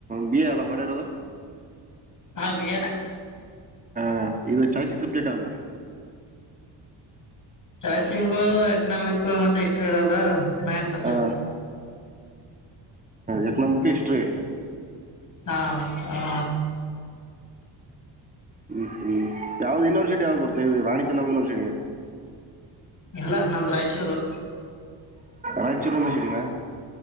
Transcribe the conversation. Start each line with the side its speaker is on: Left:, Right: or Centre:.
Right: ಬಿ ಎ ಅಲ್ಲ ಮಾಡಿರೋದು
Left: ಹಾಂ ಬಿ ಎ ನೆ
Right: ಹ ಇದು <unintelligible> ಸಬ್ಜೇಟ್ ಯಾವ್ದು ಇದೆ
Left: ಚಾಯ್ಸಂಗ್ ಎಕನಾಮಿಕ್ ಮತ್ತೆ ಹಿಸ್ಟ್ರಿ ಇರೋದ ಮೈನ್ ಸಬ್ಜೆಕ್ಟ್
Right: ಹಾ ಎಕನಾಮಿಕ್ ಹಿಸ್ಟರಿ
Left: ಹಾ ಹಾ
Right: ಹ್ಮ್ ಹ್ಮ್ ಯಾವ್ದ್ ಯೂನಿವರ್ಸಿಟಿ ಬರ್ತ ಇದು ರಾಣಿ ಚೆನ್ನಮ್ಮ ಯೂನಿವರ್ಸಿಟಿ
Left: ಇಲ್ಲ ನಮ್ದು ರಾಯಚೂರು
Right: ರಾಯಚೂರು ಯೂನಿವರ್ಸಿಟಿನ